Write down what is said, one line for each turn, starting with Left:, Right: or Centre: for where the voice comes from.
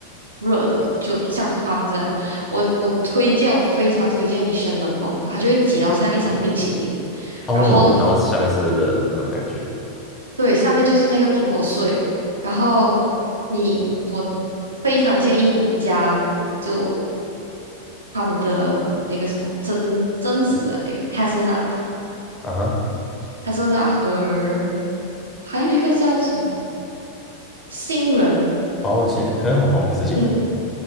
Right: 热的，就像汤这样。我我推荐，我非常推荐你选冷冻的，它就会挤到像一层冰淇淋，
Left: 哦，
Right: 然后你
Left: 然后下面是热热的那种感觉。
Right: 对下面就是那个苹果碎，然后你我非常建议你加就他们的那个什么榛榛子啊，那个 hazelnut
Left: 啊哈，
Right: hazelnut 和还有一个叫什么？新人，
Left: 哦，杏仁，可能我好像不是杏仁，
Right: 嗯，